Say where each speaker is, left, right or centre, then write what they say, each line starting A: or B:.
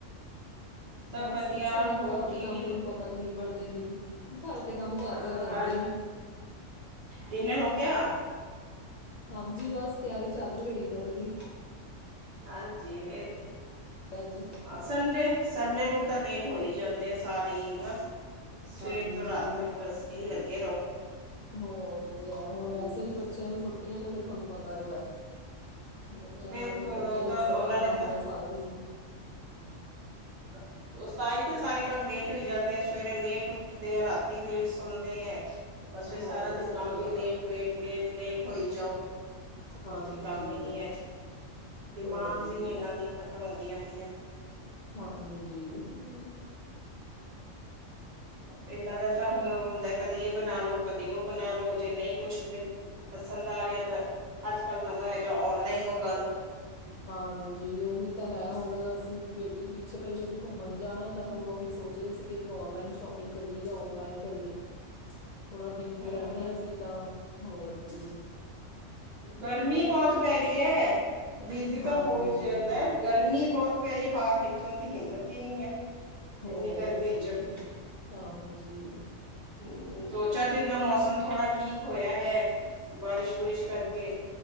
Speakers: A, on the right; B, on the left.
A: ਸਭ
B: ਬਸ
A: ਵਧੀਆ
B: ਕੁੱਛ ਨੀ,
A: ਹੋਰ
B: ਘਰ
A: ਕੀ
B: ਦੇ ਕੰਮ
A: ਡਿਨ
B: ਤੁਹਾਨੂੰ ਪਤਾ। ਤਾ ਵੀ ਨਿਬੜਦੇ ਨੀ ਘਰ ਦੇ ਕੰਮ ਚੱਲਦੇ
A: ਹਾਂ
B: ਹੀ ਰਹਿੰਦੇ ਆ।
A: ਡਿਨਰ ਹੋ ਗਿਆ?
B: ਹਾਂਜੀ ਬਸ ਤਿਆਰੀ ਚੱਲ ਰਹੀ ਹੈ ਡਿਨਰ ਦੀ।
A: ਹਾਂਜੀ ਇੱਥੇ।
B: ਗਜ।
A: ਹਾਂ, ਸੰਡੇ -ਸੰਡੇ ਨੂੰ ਤਾਂ ਲੇਟ ਹੋ ਹੀ ਜਾਂਦੇ ਆ ਸਾਰੇ ਹਨ ਨਾ। ਸਵੇਰ
B: ਹਾਂਜੀ
A: ਤੋਂ ਰਾਤ ਤੱਕ ਬਸ ਇਹੀ ਲੱਗੇ ਰਹੋ।
B: ਹੋਰ ਕ ਹੁਣ
A: ਹੂੰ
B: ਵੈਸੇ ਵੀ ਬੱਚਿਆਂ ਨੂੰ ਛੋੱਟੀਆਂ ਨੇ ਫੇਰ ਤੁਹਾਨੂੰ ਪਤਾ ਉਹ ਹੈ। ਬੱਚਿਆਂ
A: ਬਿਲਕੁਲ
B: ਨਾਲ ਫੇਰ ਬੱਚਿਆਂ
A: ਉਹ
B: ਨੂੰ
A: ਤਾਂ
B: ਵੀ
A: ਉਹਨਾਂ
B: ਸੰਭਾਲਣਾ
A: ਨੇ ਤਾਂ
B: ਹੁੰਦਾ ਸਾਰਾ ਦਿਨ।
A: <unintelligible> ਉਸ ਤ ਹੀ ਤਾਂ ਸਾਰੇ ਕੰਮ ਲੇਟ ਹੋਈ ਜਾਂਦੇ ਆ ਸਵੇਰੇ ਲੇਟ ਉੱਠਦੇ ਆ ਰਾਤੀ ਲੇਟ ਸੁਣਦੇ ਆ। ਬਸ ਫਿਰ
B: ਹੋਰ
A: ਸਾਰਾ ਦਿਨ ਕੰਮ
B: ਕਿਆ
A: ਵੀ ਲੇਟ -ਲੇਟ- ਲੇਟ -ਲੇਟ ਹੋਈ ਜਾਓ।
B: ਹਾਂਜੀ
A: ਹੋਰ ਕੋਈ ਕੰਮ ਹੀ ਨਹੀਂ ਹੈ। ਡਿਮਾਂਡਸ
B: ਹੋਰ
A: ਹੀ
B: ਕੀ
A: ਇਹਨਾਂ ਦੀਆਂ ਖਤਮ ਹੁੰਦੀਆਂ ਪਈਆਂ।
B: ਹਾਂਜੀ।
A: ਹਮ। ਇਹਨਾਂ ਦਾ ਤਾਂ ਹੁਣ ਹੁੰਦਾ ਕਦੀ ਇਹ ਬਣਾ ਲੋ ਕਦੀ ਉਹ ਬਣਾ ਲੋ ਜੇ ਨਹੀਂ ਕੁਛ। ਪਸੰਦ ਆ ਰਿਹਾ ਤਾਂ ਅੱਜ ਕੱਲ੍ਹ ਨਵਾਂ ਹੈਗਾ ਔਨਲਾਈਨ ਮੰਗਾਲੋ।
B: ਹਾਂਜੀ, ਉਹੀ ਤਾਂ ਹੈ ਹੁਣ ਅਸੀਂ ਬੇਟੀ ਵੀ ਪਿੱਛੇ ਪਈ ਹੈ ਵੀ ਘੁੰਮਣ ਜਾਣਾ ਤਾਂ ਹੁਣ ਉਹੀ ਸੋਚ ਰਹੇ ਸੀ। ਵੀ ਔਨਲਾਈਨ ਸ਼ੋਪਿੰਗ ਕਰੀਏ ਜਾਂ ਔਫਲਾਈਨ ਕਰੀਏ?
A: <unintelligible>
B: ਥੋੜਾ ਬਿਜੀ
A: ਹਮ
B: ਰਹਿੰਦੇ
A: ਹਮ
B: ਹਾਂ ਅਸੀਂ ਤਾਂ ਹੋਰ ਕੀ।
A: ਗਰਮੀ ਬਹੁਤ ਪੈ ਰਹੀ ਹੈ ਬਿਜੀ ਤਾਂ
B: ਹਾਂਜੀ
A: ਹੋ ਹੀ ਜਾਂਦਾ। ਗਰਮੀ ਬਹੁਤ ਪੈ ਰਹੀ ਹੈ ਬਾਹਰ ਨਿਕਲਣ ਦੀ ਹਿੰਮਤ ਹੀ ਨਹੀਂ ਹੈ।
B: ਹੋਰ
A: ਇੰਨੀ ਗਰਮੀ
B: ਕੀ
A: ਚ
B: ਹਾਂਜੀ।
A: ਹਮ ਦੋ- ਚਾਰ ਦਿਨ ਦਾ ਮੌਸਮ ਥੋੜਾ ਠੀਕ ਹੋਇਆ ਹੈ।
B: ਹ। <inaudible>
A: ਬਾਰਿਸ਼- ਬੁਰਿਸ਼ ਕਰਕੇ